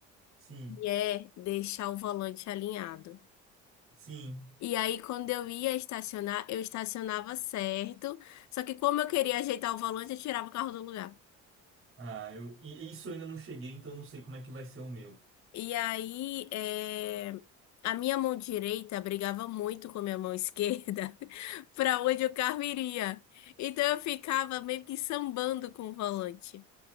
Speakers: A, on the right; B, on the left.
A: sim,
B: E é deixar o volante alinhado.
A: sim.
B: E aí, quando eu ia estacionar, eu estacionava certo. Só que como eu queria ajeitar o volante, eu tirava o carro do lugar.
A: Ah, eu, e isso eu ainda não cheguei, então não sei como é que vai ser o meu.
B: E aí, é, a minha mão direita brigava muito com a minha mão esquerda <laughs> para onde o carro iria. Então eu ficava meio que sambando com o volante.